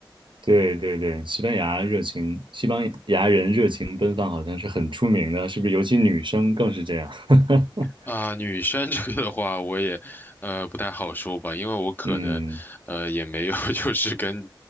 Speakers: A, on the right (about 85°); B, on the left (about 25°).
A: 对对对，西班牙热情，西班牙人热情奔放好像是很出名的，是不是？尤其女生更是这样。<laughs>
B: 啊，女生 <laughs> 这个的话，我也呃不太好说吧，因为我可能呃也没有
A: 嗯
B: <laughs> 就是跟